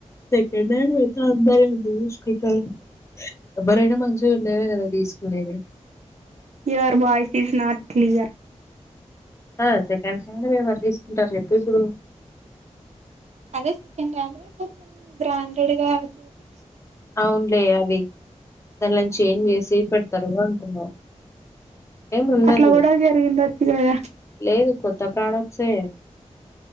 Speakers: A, on the left; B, on the right.
A: సెకడ్ హ్యాండ్ వైతే అందరి <unintelligible> ఎవరైనా మంచిగా ఉండేదే కదా తీసుకునేవి
B: your voice is not clear
A: ఆ సెకండ్ హ్యాండ్ వి ఎవర్ తీసుకుంటారు జెప్పు ఇప్పుడు
B: అదే సెకండ్ హ్యాండ్ కొంచెం బ్రాండెడ్ గా చూపి
A: అవునులే అది దనిలోంచి ఏం చేసి పెడతారు అంటున్నావు ఎం ఉండదు
B: అట్లా కూడా జరిగిండొచ్చు కదా
A: లేదు కొత్త ప్రొడక్ట్స్